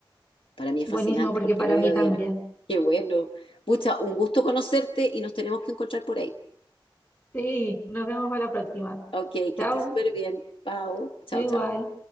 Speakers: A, on the left; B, on the left.
A: Para mí es
B: Buenísimo
A: fascinante
B: porque
A: porque
B: para
A: lo veo
B: mí
A: a
B: también.
A: diario. Qué bueno. Pucha, un gusto conocerte y nos tenemos que encontrar por ahí.
B: Sí, nos vemos para la próxima.
A: Ok, que
B: Chao,
A: estés súper bien. Pau. Chao,
B: tú igual.
A: chao.